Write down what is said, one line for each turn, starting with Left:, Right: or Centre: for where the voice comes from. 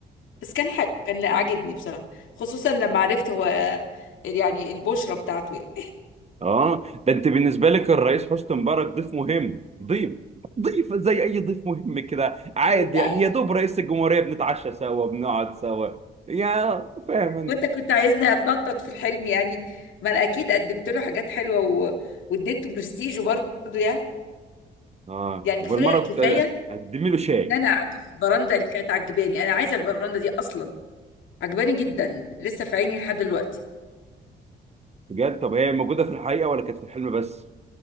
Left: بس كان حلو كان لا عاجبني بصراحة خصوصا لما عرفت هو يعني البشرة بتاعته يعني
Right: اه ده انت بالنسبه لك الرئيس حسني مبارك ضيف مهم ضيف ضيف زي اي ضيف مهم كده عادي
Left: <laughs> ايه بقى
Right: يعني يا دوب رئيس الجمهوريه بنتعشى سوا بنقعد سوا يا فاهم انا
Left: وانت كنت عايزني اتنطط في الحلم يعني ما انا اكيد قدمت له حاجات حلوة و... واديته برستيج برضه يعني
Right: اه
Left: يعني
Right: وبالمره
Left: كفاية
Right: كنت
Left: كفاية
Right: اقدم له شاي
Left: ان انا قعدت في البراندة اللي كانت عجباني انا عايزة البراندة دي اصلا عجباني جدا لسه في عيني لحد دلوقتي
Right: بجد طب هي موجوده في الحقيقه ولا كانت في الحلم بس